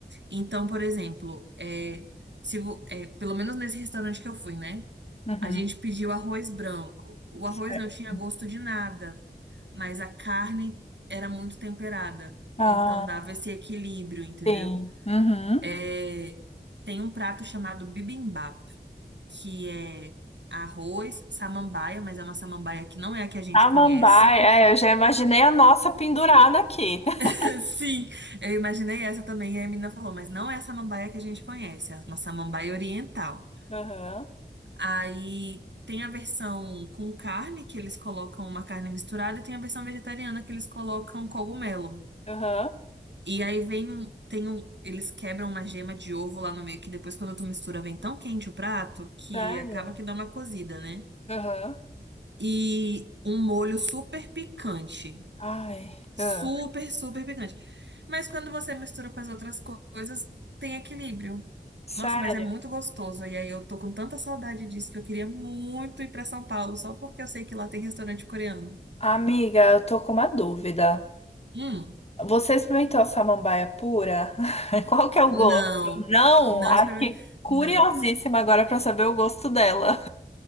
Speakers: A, on the right; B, on the left.
A: Então, por exemplo, é, se, vo- é, pelo menos nesse restaurante que eu fui, né?
B: Uhum.
A: A gente pediu arroz branco. O
B: Certo.
A: arroz não tinha gosto de nada, mas a carne era muito temperada.
B: Ah,
A: Então dava esse equilíbrio, entendeu?
B: sim. Uhum.
A: É, tem um prato chamado bibimbap, que é arroz, samambaia, mas é uma samambaia que não é a que a gente
B: Samambaia,
A: conhece.
B: é, eu já imaginei a nossa pendurada aqui. <laughs>
A: <laughs> Sim, eu imaginei essa também, e a menina falou, mas não é a samambaia que a gente conhece, é uma samambaia oriental.
B: Aham,
A: Aí tem a versão com carne, que eles colocam uma carne misturada, e tem a versão vegetariana, que eles colocam cogumelo.
B: aham,
A: E aí vem um, tem um, eles quebram uma gema de ovo lá no meio, que depois quando tu mistura vem tão quente o prato que
B: sério?
A: acaba que dá uma cozida, né?
B: Aham,
A: E um molho super picante.
B: ai,
A: Super,
B: ah,
A: super picante. Mas quando você mistura com as outras co- coisas, tem equilíbrio.
B: sério?
A: Nossa, mas é muito gostoso. E aí eu tô com tanta saudade disso que eu queria muito ir pra São Paulo, só porque eu sei que lá tem restaurante coreano.
B: Amiga, eu tô com uma dúvida.
A: Hum,
B: Você experimentou a samambaia pura? <laughs> Qual que é o
A: não.
B: gosto? Não,
A: Não
B: acho
A: experimentei.
B: que curiosíssima
A: Não.
B: agora pra saber o gosto dela.